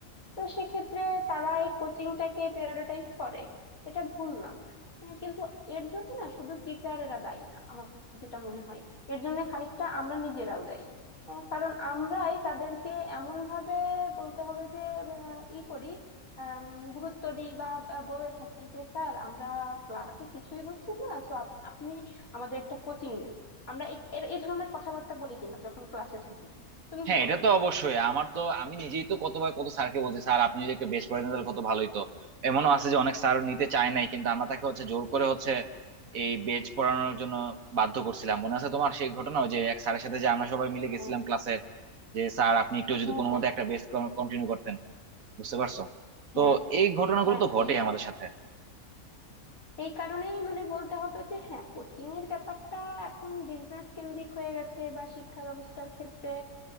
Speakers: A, on the left; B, on the right.
A: তো সেক্ষেত্রে তারা এই কোচিংটাকে প্রায়োরিটাইজ করে এটা ভুল না আহ কিন্তু এর জন্য না শুধু টিচারেরা দায়ী না আমার যেটা মনে হয় এর জন্য খানিকটা আমরা নিজেরাও দায়ী আহ কারণ আমরাই তাদেরকে এমন ভাবে বলতে হবে যে আহ, ই করি আম, গুরুত্ব দিই বা বা বলে থাকি যে স্যার আমরা ক্লাসে কিছুই বুঝছি না সো আপনি আমাদের একটা কোচিং দিন আমরা এ এ- এ ধরনের কথাবার্তা বলি কিনা যখন ক্লাসে থাকি তুমি
B: হ্যাঁ
A: কি বলো
B: এটা তো অবশ্যই আমার তো আমি নিজেই তো কতবার কত স্যারকে বলছি স্যার আপনি যদি একটা বেশ করে দেন তাহলে কত ভালোই তো এমনও আছে যে অনেক স্যার নিতে চায় নাই কিন্তু আমরা তাকে হচ্ছে জোর করে হচ্ছে এই বেচ পড়ানোর জন্য বাধ্য করছিলাম মনে আছে তোমার সেই ঘটনা ওই যে এক স্যারের সাথে যে আমরা সবাই মিলে
A: হ্যাঁ
B: গেছিলাম ক্লাসের যে স্যার আপনি একটু যদি
A: হ্যাঁ
B: কোনো
A: হ্যাঁ
B: মতে একটা বেচ কন্টিনিউ করতেন বুঝতে পারছো
A: হ্যাঁ
B: তো এই ঘটনাগুলো
A: হ্যাঁ
B: তো ঘটেই
A: এই
B: আমাদের সাথে
A: এই কারণেই মানে বলতে হবে যে হ্যাঁ কোচিং এর ব্যাপারটা এখন বিজনেস কেন্দ্রিক হয়ে গেছে বা শিক্ষা ব্যবস্থার ক্ষেত্রে